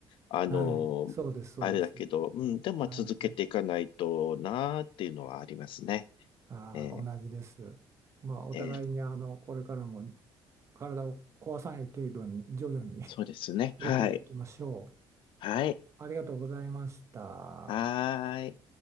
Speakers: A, on the left; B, on the right.
A: あの、
B: はい、そうです、そうです。
A: あれだけど、うん、でもまあ続けていかないとなーっていうのはありますね。
B: はい、ああ、
A: えー
B: 同じです。まあ、お互いに、
A: えー
B: あの、これからも体を壊さない程度に、徐々に <laughs>
A: そうですね。
B: 取り組んでいきましょう。
A: はい。はい。
B: ありがとうございました。
A: はーい。